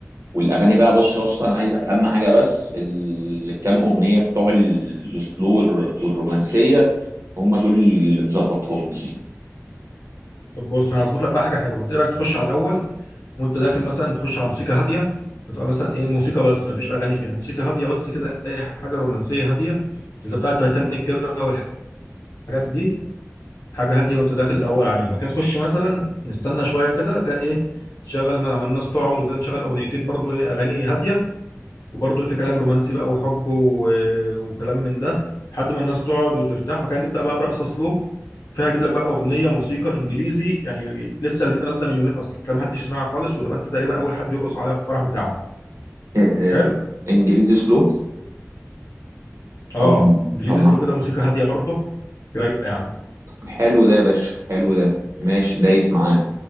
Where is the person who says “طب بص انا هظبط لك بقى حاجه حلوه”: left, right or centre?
Left